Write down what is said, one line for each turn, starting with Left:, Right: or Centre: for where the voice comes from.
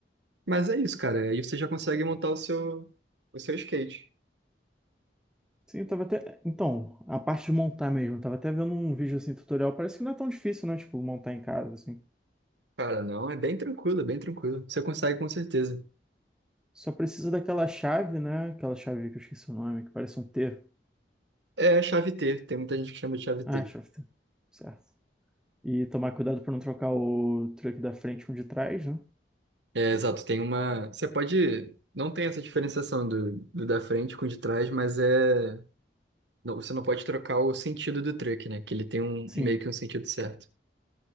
Right: Mas é isso, cara. Aí você já consegue montar o seu, o seu skate.
Centre: Sim, eu tava até. Então, a parte de montar mesmo, eu tava até vendo um vídeo assim, tutorial. Parece que não é tão difícil, né? Tipo, montar em casa, assim.
Right: Cara, não, é bem tranquilo, é bem tranquilo. Você consegue com certeza.
Centre: Só precisa daquela chave, né? Aquela chave que eu esqueci o nome, que parece um T.
Right: É a chave T, tem muita gente que chama de chave T.
Centre: Ah, chave T. Certo. E tomar cuidado pra não trocar o truque da frente com o de trás, né?
Right: É, exato, tem uma. Você pode. Não tem essa diferenciação do, do da frente com o de trás, mas é. não- você não pode trocar o sentido do truck, né? Que ele tem um
Centre: Sim,
Right: meio que um sentido certo.